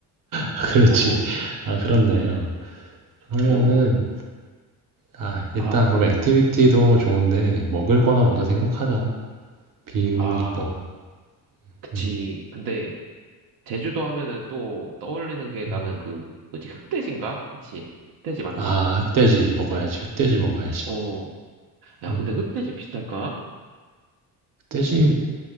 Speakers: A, on the right; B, on the right.
A: 아, 그렇지.
B: <laughs> 어,
A: 아, 그렇네. 어. 그러면은,
B: 어, 그,
A: 아, 일단
B: 아,
A: 그럼 액티비티도 좋은데 먹을 거나 먼저
B: 음,
A: 생각하자. 비
B: 아,
A: 오니까.
B: 뭐, 그치.
A: 음,
B: 근데, 제주도 하면은 또 떠올리는 게 나는
A: 음.
B: 그, 뭐지, 흑돼지인가? 그치? 흑돼지 맞나?
A: 아, 흑돼지 먹어야지. 흑돼지 먹어야지.
B: 어, 야,
A: 음.
B: 근데 흑돼지 비쌀까?
A: 흑돼지